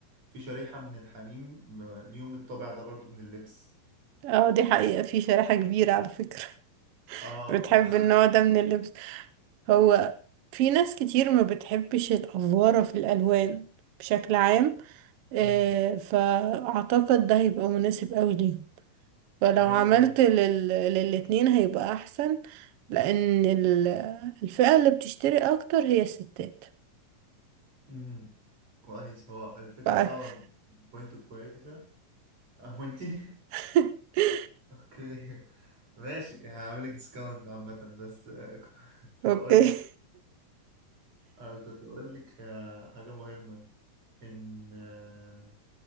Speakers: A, on the right; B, on the right.
A: في شريحة من الحريم آه، ليهم الطابع ده برضو من اللبس
B: اه دي حقيقة في شريحة كبيرة على فكرة <laughs>
A: اه
B: بتحب
A: اه <laughs>
B: النوع ده من اللبس هو في ناس كتير ما بتحبش الأفوارة في الألوان بشكل عام آه،
A: أمم.
B: فأعتقد ده هيبقى مناسب قوي ليه فلو
A: ايوه
B: عملت
A: أنا ب-
B: لل... للاتنين هيبقى أحسن لأن ال- الفئة اللي بتشتري أكتر هي الستات
A: أمم. كويس هو الفكرة
B: ف-
A: اه بوينت كويسة اه وانتي <laughs>
B: <laughs>
A: اوكي ماشي هعملك ديسكاونت عامة بس آه، <laughs> كنت
B: اوكي
A: بقولك اه كنت بقولك آه، حاجة مهمة ان آه،